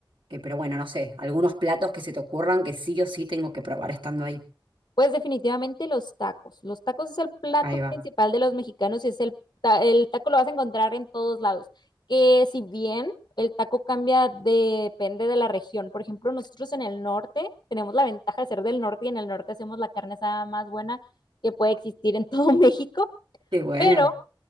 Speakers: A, on the right; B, on the left.
A: Eh, pero bueno, no sé, algunos platos que se te ocurran que sí o sí tengo que probar estando ahí.
B: Pues definitivamente los tacos. Los tacos es el plato
A: Ahí va.
B: principal de los mexicanos y es el, ta- el taco lo vas a encontrar en todos lados. Que si bien el taco cambia de- depende de la región. Por ejemplo, nosotros en el norte tenemos la ventaja de ser del norte y en el norte hacemos la carne asada más buena que puede existir en todo <laughs> México,
A: Qué buena,
B: pero